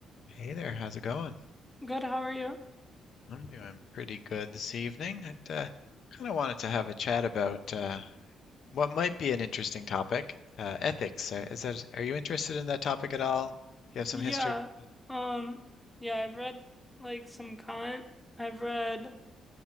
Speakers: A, on the left; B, in the centre.
A: Hey there, how's it going?
B: Good, how are you?
A: I'm doing pretty good this evening. I uh, kind of wanted to have a chat about uh, what might be an interesting topic, uh, ethics. Uh, Is that, are you interested in that topic at all? Do you have some
B: Yeah.
A: history with it?
B: Um, yeah, I've read like some Kant. I've read